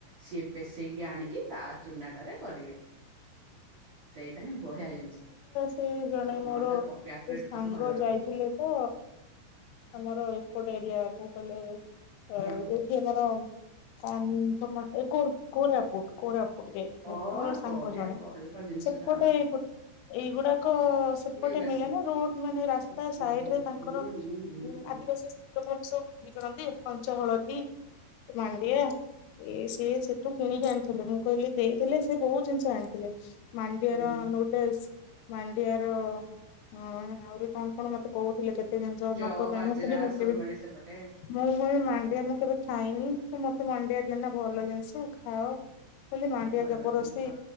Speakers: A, on the right; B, on the left.
A: ସିଏ ପେସେଇକି ଆଣିକି ତା ଚୁନାଟାରେ କରିବେ। ସେଇଟା ହିଁ ବଢିଆ ଜିନିଷ।
B: ଏ ଜଣେ
A: ନହେଲେ
B: ମୋର
A: ତ ପ୍ୟାକେଟ
B: ସାଙ୍ଗ
A: ଭଲ ନୁହେଁ।
B: ଯାଇଥିଲେ ତ! ଆମର ଏ ଏପଟେ ଏରିଆ, କଉ କଲେଜ! ଅ
A: ବ୍ରହ୍ମପୁର
B: ଯୋଉଠି ଆମର-ଅ କନ୍ ତମର! ଏ କୋର କୋରାପୁଟ କୋରାପୁ ଏପଟୁ ଯାଇଥିଲେ
A: ଅ
B: ମୋର ସାଙ୍ଗ
A: ବଢିଆ
B: ଜଣେ।
A: ଭଲ ଜିନିଷଟା
B: ସେପଟେ
A: ଆହୁରି
B: ଏଇ ଗୋ ଏଇଗୁଡାକ ସେପଟେ
A: ହୁଁ ବେଶୀ
B: ମିଳେ ନା, ରୋ ମାନେ ରାସ୍ତା
A: ହୁଁ
B: ସାଇଡରେ,
A: ହୁଁ
B: ତାଙ୍କର
A: ହୁଁ ହୁଁ ହୁଁ
B: ଯୋଉ
A: ହୁଁ।
B: ଆଦିବାସୀ ସ୍ ଲୋକମାନେ ସବୁ ବିକ୍ରି କରନ୍ତି। କଞ୍ଚା ହଳଦୀ ମାଣ୍ଡିଆ। ଏ ସିଏ ସେଠୁ କିଣିକି ଆଣିଥିଲେ। ମୁଁ କହିଲି ଦେଇଥିଲେ, ସେ ବହୁତ ଜିନିଷ ଆଣିଥିଲେ। ମାଣ୍ଡିଆର
A: ହୁଁ
B: ନଉତ୍ ଏସ୍ ମାଣ୍ଡିଆର-ଅ ମାନେ ଆହୁରି କଣ କଣ ମତେ କହୁଥିଲେ। କେତ୍ ତେ ଜିନିଷ
A: ଯଅ
B: ନବା ପାଇଁ
A: ବାଜରା
B: ମୁଁ <unintelligible>
A: ସବୁ ମିଳେ ସେପଟେ
B: ମୁଁ, କ ମାଣ୍ଡିଆ ମୁଁ କେବେ ଖାଇନି? ତ ମ ମଣ୍ଡିଆ ଯେନା ଭଲ ଜିନିଷ ଖାଅ। ଖାଲି ମାଣ୍ଡିଆ
A: ଭଲ
B: ଜବରଦସ୍ତି,
A: ଜିନିଷ।